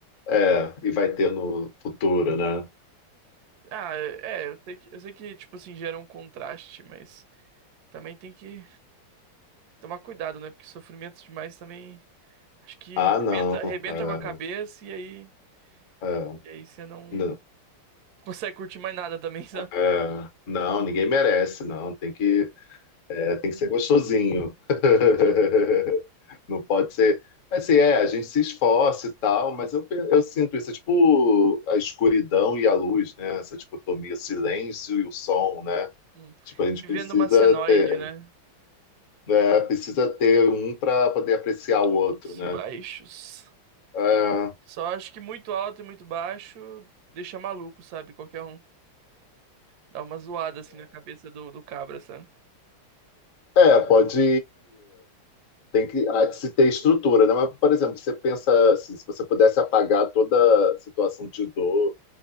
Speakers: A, on the left; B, on the right.
A: É, e vai ter no futuro, né?
B: Ah, é, eu sei que, eu sei que, tipo assim, gera um contraste, mas também tem que tomar cuidado, né? Porque sofrimento demais também Acho que
A: Ah,
B: arrebenta,
A: não.
B: arrebenta
A: É,
B: com a cabeça e aí,
A: é,
B: e aí você não
A: não,
B: consegue curtir mais nada também, <laughs> sabe?
A: é, não, ninguém merece, não. Tem que É, tem que ser gostosinho. <laughs>
B: Uhum.
A: Não pode ser. Assim, é, a gente se esforça e tal, mas eu, pe- eu sinto isso, é tipo a escuridão e a luz, né? Essa dicotomia, silêncio e o som, né?
B: Hum.
A: Tipo, a gente
B: Vivendo
A: precisa
B: uma senoide,
A: ter,
B: né?
A: né? Precisa ter um para poder apreciar o outro,
B: Altos
A: né?
B: e baixos.
A: É,
B: Só acho que muito alto e muito baixo deixa maluco, sabe? Qualquer um dá uma zoada assim na cabeça do, do cabra, sabe?
A: é, é, pode. Tem que, há de se ter estrutura, né? Mas, por exemplo, você pensa assim, se você pudesse apagar toda situação de dor